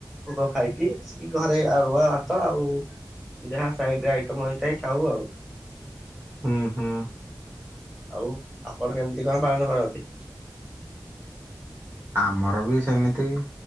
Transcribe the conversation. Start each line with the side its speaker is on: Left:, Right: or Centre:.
Centre: ଭୋଗ ଖାଇକି ଆସିକି ଘରେ ଆରୁଆ ଭାତ ଆଉ ଯାହା ସାଇଡ ରେ ଆଇଟମ ହେଇଥାଏ ଖାଉ ଆଉ
Right: ହୁଁ ହୁଁ।
Centre: ଆଉ ଆପଣ କେମିତି କଣ ପାଳନ କରନ୍ତି?
Right: ଆମର ବି ସେମିତି